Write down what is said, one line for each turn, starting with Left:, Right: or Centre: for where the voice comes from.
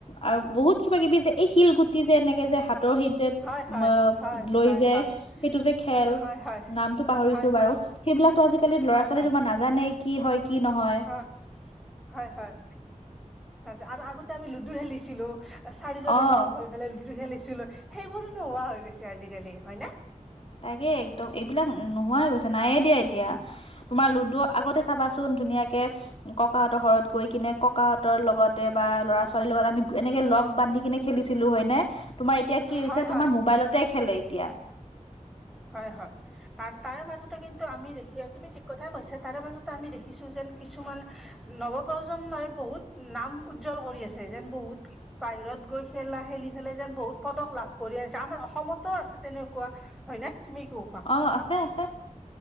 Left: আৰু বহুত কিবা-কিবি যে এই শিলগুটি যে এনেকে যে হাতৰ সেইত যে
Centre: হয়
Left: উম
Centre: হয়
Left: অ
Centre: হয়
Left: লৈ
Centre: হয়
Left: যে
Centre: হয়
Left: সেইটো যে খেল
Centre: হয়
Left: নামটো পাহৰিছো
Centre: হয়
Left: বাৰু।
Centre: হয়
Left: সেইবিলাকতো আজিকালিৰ ল'ৰা-
Centre: হয়
Left: ছোৱালী
Centre: হয় হয়
Left: তোমাৰ নাজানেই। কি হয় কি নহয়।
Centre: অ হয় হয় আচ্চা আৰু আগতে আমি লুডু খেলিছিলো। চাৰিজনে
Left: অ'।
Centre: লগ হৈ ফেলাই লুডু খেলিছিলো। সেইবোৰো নোহোৱা হৈ গৈছে আজিকালি, হয় না?
Left: তাকে একদম এইবিলাক নোহোৱাই হৈছে, নায়েই দিয়া এতিয়া। তোমাৰ লুডু আগতে চাবা চোন ধুনীয়াকে ককাহঁতৰ ঘৰত গৈ কিনে ককাহঁতৰ লগতে বা ল'ৰা-ছোৱালীৰ লগত আমি এনে কে লগ বান্ধি কিনে খেলিছিলো, হয় নে? তোমাৰ এতিয়া কি হৈছে
Centre: হয়
Left: তোমাৰ
Centre: হয়
Left: মোবাইলতে খেলে এতিয়া।
Centre: হয় হয়। তাৰ তাৰে মাজতে কিন্তু আমি দেখি, তুমি ঠিক কথাই কৈছা, তাৰে মাজতে আমি দেখিছো যে কিছুমান নৱ প্ৰজন্মই বহুত নাম উজ্জ্বল কৰি আছে যেন বহুত বা হিৰত গৈ খেলা-খেলি ফেলাই যেন বহুত পদক লাভ কৰি আনছে আমাৰ অসমতো আছে তেনেকুৱা। হয়নে তুমি কি কোৱা
Left: অ আছে আছে,